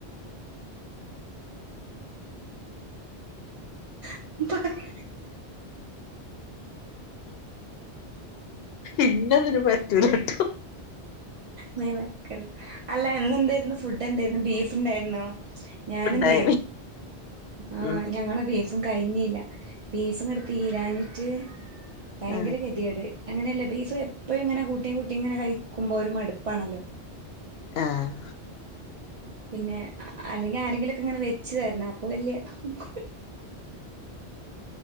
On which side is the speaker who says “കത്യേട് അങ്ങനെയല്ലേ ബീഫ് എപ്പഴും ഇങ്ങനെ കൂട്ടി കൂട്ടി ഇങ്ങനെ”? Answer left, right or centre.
Right